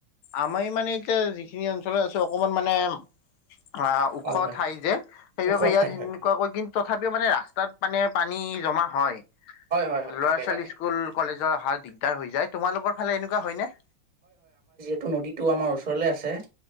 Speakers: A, on the left (about 85°); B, on the right (about 20°).
A: আমাৰ মানে এতিয়া যিখিনি অঞ্চলত আছোঁ, অকমান মানে অ' ওখ
B: হয় হয়
A: ঠাই যে, সেইবাবে
B: ওখ
A: ইয়াত
B: ঠাই হয়
A: সেনেকুৱাকৈ
B: হয়
A: কিন্তু তথাপিও মানে ৰাস্তাত মানে পানী জমা হয়।
B: হয় হয়
A: ল'ৰা
B: তাকে
A: ছোৱালী
B: তাকে
A: স্কুল কলেজৰ অহা দিগদাৰ হৈ যায়, তোমালোকৰ ফালে এনেকুৱা হয়নে?
B: টো নদীতো আমাৰ ওচৰলে আছে,